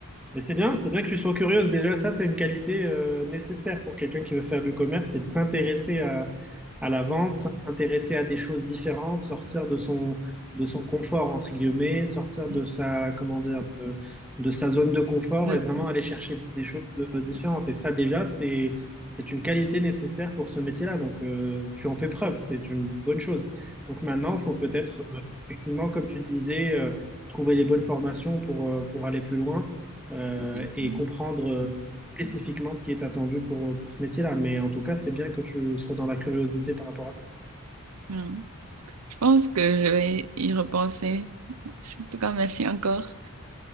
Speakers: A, in the centre; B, on the right.
A: Mais c'est bien, c'est bien que tu sois curieuse. Déjà, ça, c'est une qualité euh, nécessaire pour quelqu'un qui veut faire du commerce, c'est de s'intéresser à, à la vente, s'intéresser à des choses différentes, sortir de son, de son confort, entre guillemets, sortir de
B: Mm,
A: sa, comment dire, de, de sa zone de confort
B: je
A: et
B: sais.
A: vraiment aller chercher des choses euh, différentes. Et ça, déjà, c'est, c'est une qualité nécessaire pour ce métier-là. Donc, euh, tu en fais preuve, c'est une bonne chose. Donc maintenant, il faut peut-être, euh, effectivement, comme tu disais, euh, trouver les bonnes formations pour, euh, pour aller plus loin euh,
B: Exactement.
A: et comprendre euh, spécifiquement ce qui est attendu pour, pour ce métier-là. Mais en tout cas, c'est bien que tu sois dans la curiosité par rapport à ça.
B: Ouais. pense que je vais y repenser. En tout cas, merci encore.